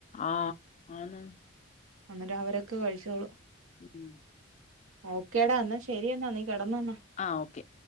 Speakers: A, on the left (about 30°); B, on the right (about 75°).
A: ആഹ് ആന്ന്
B: എന്നിട്ട് അവരൊക്കെ കഴിച്ചോളൂ
A: ഉം
B: ഓക്കെേടാ എന്നാ ശരി എന്നാ നീ കിടന്നോ എന്നാ
A: ആഹ് ഓക്കെ